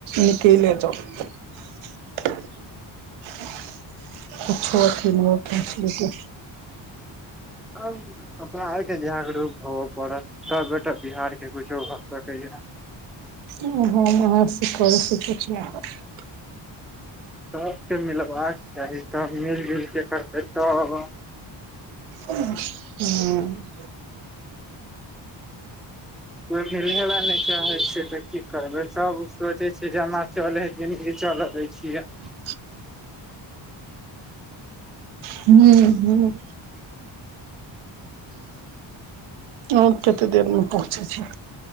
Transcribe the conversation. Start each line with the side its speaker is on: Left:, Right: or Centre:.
Right: निकैले जाउ कुछो अथि नैय हइ फेसलिटी
Centre: आब अपना आरके जागरूक होबऽ पड़त तबेटा बिहार केँ कुछो भऽ सकैय
Right: ओ हम अहाँ से करैय सँ कुछ नय हैत
Centre: सबके मिलबाक चाही सब मिल जुइल केँ करतै तब
Right: हुँ
Centre: कोई मलहे लऽ नय चाहे छै तऽ की करबै सब सोचै छै जेना चलै हइ जिनगी चलऽ दै छियै
Right: <inaudible> हुँ - हुँ आब कत्ते देर मे पहुँचै छी